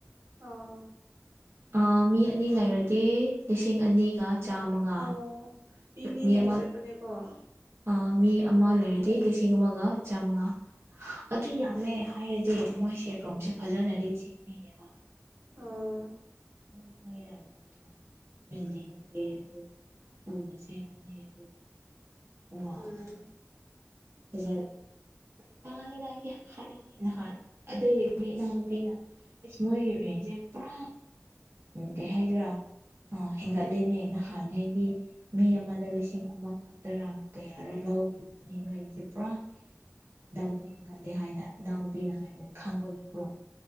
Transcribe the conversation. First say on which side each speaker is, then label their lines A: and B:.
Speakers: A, on the right; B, on the right.
A: ꯑꯥꯎ
B: ꯑ ꯃꯤ ꯑꯅꯤ ꯂꯩꯔꯗꯤ ꯂꯤꯁꯤꯡ ꯑꯅꯤꯒ ꯆꯥꯃꯉꯥ
A: ꯑꯣ ꯃꯤ ꯃꯤꯗꯒꯤ
B: ꯃꯤꯃꯜ
A: ꯆꯠꯄꯅꯦꯀꯣ
B: ꯑ ꯃꯤ ꯑꯃ
A: ꯑꯣ
B: ꯂꯩꯔꯗꯤ
A: ꯑꯣ
B: ꯂꯤꯁꯤꯡ ꯑꯃꯒ ꯆꯥꯃꯉꯥ
A: ꯎꯝ
B: ꯑꯗꯨ ꯌꯥꯝꯃꯦ ꯍꯥꯏꯔꯗꯤ ꯁꯤꯦ ꯃꯣꯏ ꯁꯦꯠ ꯔꯣꯝꯁꯦ ꯐꯖꯅꯗꯤ ꯁꯦꯝꯃꯤꯅꯦꯕ
A: ꯑꯥ
B: ꯅꯪꯁꯨ ꯈꯪꯉꯤ ꯌꯥꯔꯔꯕꯣ ꯕꯤꯜꯗꯤꯡ ꯅꯠꯇꯦ ꯑꯗꯨ ꯁꯨꯅ ꯁꯦꯝꯕꯅꯤ ꯑꯗꯨ ꯋꯥꯦ
A: ꯎꯝ
B: <inaudible> ꯇꯥꯏ ꯇꯒꯤ ꯍꯂꯗ ꯅ ꯍꯥꯥꯟ ꯑꯗꯨꯗ ꯅꯥꯟ ꯄꯅ ꯏꯁ ꯃꯣꯏꯒꯤ ꯔꯦꯟꯁꯦ ꯄꯨꯔꯥ ꯎꯝ ꯀꯩ ꯍꯥꯏꯗ꯭ꯔꯥ ꯑ ꯍꯦꯟꯒꯠꯂꯦꯅꯦ ꯅꯍꯥꯟꯉꯩꯗꯤ ꯃꯤ ꯑꯃꯗ ꯂꯤꯁꯤꯡ ꯑꯃꯈꯛꯇꯔꯥ ꯀꯌꯥꯔ ꯂꯧꯈꯤꯕꯅꯤ ꯅꯣꯏꯒꯤꯁꯦ ꯄꯨꯔꯥ ꯍꯟꯗꯛꯇꯤ ꯍꯦꯟꯒꯠꯂꯦ ꯍꯥꯏꯅ ꯏꯅꯥꯎꯅꯨꯄꯤꯅ ꯍꯥꯏꯕꯅꯤ ꯈꯪꯕꯒꯤ ꯄꯣ